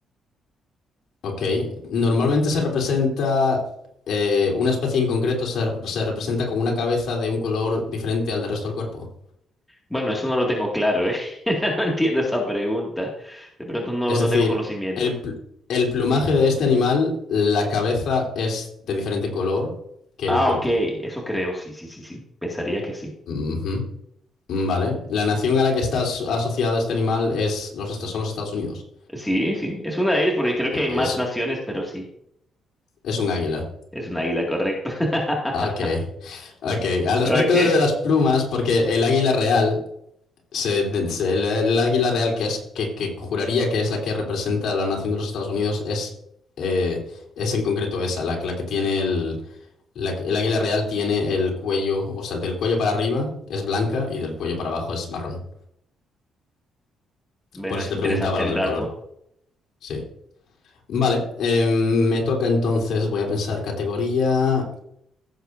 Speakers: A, on the left (about 70°); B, in the centre.
A: Ok. Normalmente se representa, eh, una especie en concreto se, rep- se representa con una cabeza de un color diferente al del resto del cuerpo.
B: Bueno, eso no lo tengo claro, ¿eh? <laughs> No entiendo esa pregunta. De pronto no,
A: Es
B: no
A: decir,
B: tengo conocimiento.
A: el, pl- el plumaje de este animal, la cabeza es de diferente color que
B: Ah,
A: el cuerpo.
B: ok, eso creo, sí, sí, sí, sí. Pensaría que sí.
A: Ujú. Vale. La nación a la que está as- asociado este animal es los, est- son los Estados Unidos.
B: Sí, sí, es una de ellas porque creo que
A: E-
B: hay
A: Es,
B: más naciones, pero sí,
A: es un águila.
B: es un águila, correcto. <laughs>
A: Ok. Ok. Al respecto
B: Ok,
A: de lo de las plumas, porque el águila real Se, de- se- la- el águila real, que es que, que juraría que es la que representa a la nación de los Estados Unidos, es, eh, es en concreto esa, la, que- la que tiene el, la que- el águila real tiene el cuello, o sea, del cuello para arriba es blanca y del cuello para abajo es marrón.
B: bueno,
A: Por eso
B: es
A: te
B: interesante
A: preguntaba lo
B: el
A: del
B: dato.
A: color. Sí. Vale, eh, me toca entonces, voy a pensar categoría,